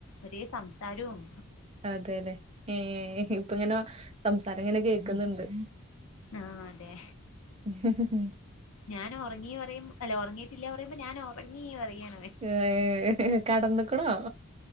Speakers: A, on the left (about 90°); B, on the right (about 30°).
A: ഒരേ സംസാരവും.
B: അതേലെ ഏ ഇപ്പ ഇങ്ങനെ സംസാരം ഇങ്ങനെ കേക്കുന്ന്ണ്ട്.
A: ആ അതെ
B: ഉ
A: ഞാൻ ഉറങ്ങി പറുമ്പോ അല്ലെ ഉറങ്ങീയിട്ടില്ല പറയുമ്പോ ഞാൻ ഉറങ്ങി പറയണവേ.
B: ഏ കടന്നക്ക്ണോ?